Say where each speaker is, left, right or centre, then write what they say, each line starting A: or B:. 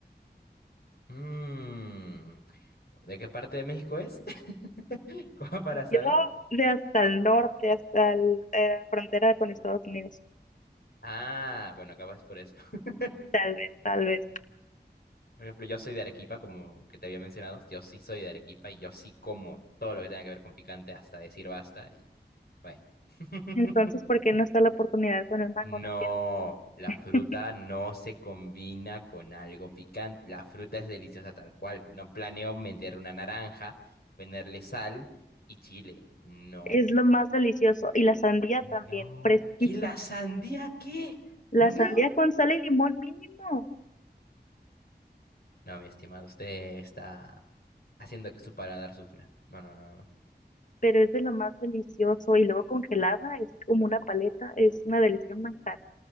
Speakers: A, on the left; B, on the left.
A: Mmm. ¿De qué parte de México es? <laughs> Como para saber.
B: Yo de hasta el norte, hasta el- eh, la frontera con Estados Unidos.
A: Ah, bueno, acabas por eso. <laughs>
B: Tal vez, tal vez.
A: Por ejemplo, yo soy de Arequipa, como que te había mencionado. Yo sí soy de Arequipa y yo sí como todo lo que tenga que ver con picante hasta decir basta y bueno. <laughs>
B: Entonces, ¿por qué no está la oportunidad con el mango?
A: No,
B: No entiendo.
A: la fruta
B: <laughs>
A: no se combina con algo picante. La fruta es deliciosa tal cual. No planeo meter una naranja, ponerle sal y chile. No,
B: Es lo más delicioso. Y la sandía también,
A: no.
B: fresquísimo.
A: ¿Qué la sandía? ¿Qué?
B: La
A: No.
B: sandía con sal y limón mínimo,
A: No, mi estimado, usted está haciendo que su paladar sufra. No, no, no, no.
B: pero es de lo más delicioso. Y luego congelada, es como una paleta, es una delicia un manjar.